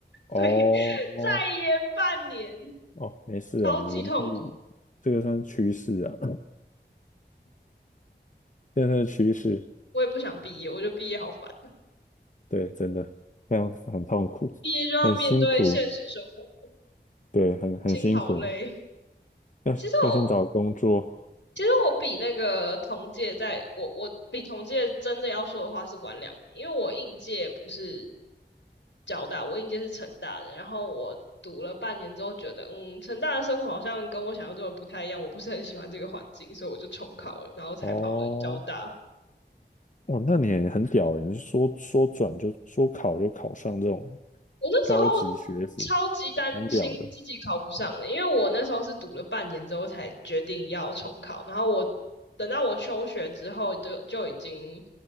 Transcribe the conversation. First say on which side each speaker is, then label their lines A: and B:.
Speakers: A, on the left; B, on the left.
A: 哦
B: 所以 <laughs> 再延半年，
A: 哦，没事啊，
B: 超级痛苦。
A: 岩壁这个算是趋势啊，<laughs> 这个算是趋势，
B: 我也不想毕业，我觉得毕业好烦，
A: 对，真的非常很痛苦，
B: 毕业就要面对现实生活，
A: 很辛苦，对，很很辛苦，
B: 心好累。
A: 要要先找工作
B: 其实我其实我比那个同届在，在我我比同届真的要说的话是晚两年，因为我应届不是交大，我应届是成大的，然后我读了半年之后觉得，嗯，成大的生活好像跟我想象中的不太一样，我不是很喜欢这个环境，所以我就重考了，然后才跑了交大。
A: 哦，哦，那你也很屌欸，你是说说转就说考就考上这种
B: 我那时候
A: 高级学府，
B: 超级担心自己考不上的，
A: 蛮屌的
B: 因为我那时候是读了半年之后才决定要重考，然后我等到我休学之后就就已经